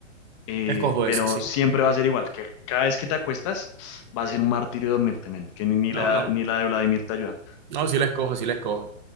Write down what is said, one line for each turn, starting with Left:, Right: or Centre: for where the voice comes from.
Left: Eh,
Right: Escojo
Left: pero
Right: esa, sí.
Left: siempre va a ser igual, que cada vez que te acuestas va a ser un martirio dormirte, men, que ni, ni
Right: No,
Left: la,
Right: no,
Left: ni la de Vladimir te ayuda.
Right: no, sí la escojo, sí la escojo.